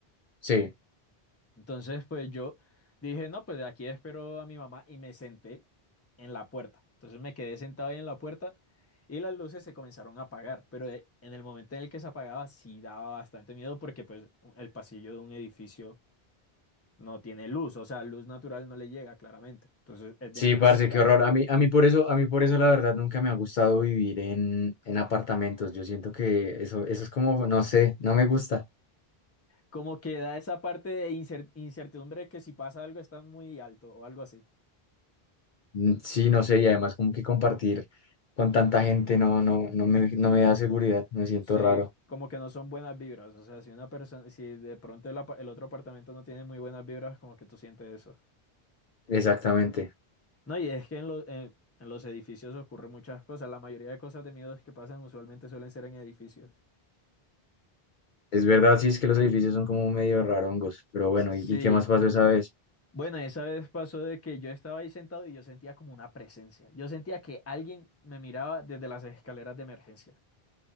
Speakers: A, on the left (about 60°); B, on the left (about 15°).
A: sí.
B: Entonces, pues yo dije, no, pues aquí espero a mi mamá y me senté en la puerta. Entonces me quedé sentado ahí en la puerta y las luces se comenzaron a apagar, pero eh, en el momento en el que se apagaba sí daba bastante miedo porque pues u- el pasillo de un edificio no tiene luz, o sea, luz natural no le llega claramente. Entonces es demasiado
A: Sí, parce, qué horror.
B: oscuro.
A: A mí, a mí por eso, a mí por eso la verdad nunca me ha gustado vivir en, en apartamentos. Yo siento que eso, eso es como, no sé, no me gusta.
B: Como que da esa parte de incer- incertidumbre que si pasa algo está muy alto o algo así.
A: Mm, Sí, no sé, y además como que compartir con tanta gente no, no, no me, no me da seguridad, me siento
B: Sí,
A: raro.
B: como que no son buenas vibras. O sea, si una persona, si de pronto el, apa- el otro apartamento no tiene muy buenas vibras, como que tú sientes eso.
A: Exactamente.
B: No, y es que en, lo- en- en los edificios ocurren muchas cosas. La mayoría de cosas de miedos que pasan usualmente suelen ser en edificios.
A: Es verdad, sí, es que los edificios son como medio rarongos, pero bueno,
B: Sí.
A: ¿y, y qué más pasó esa vez?
B: Bueno, esa vez pasó de que yo estaba ahí sentado y yo sentía como una presencia. Yo sentía que alguien me miraba desde las escaleras de emergencia.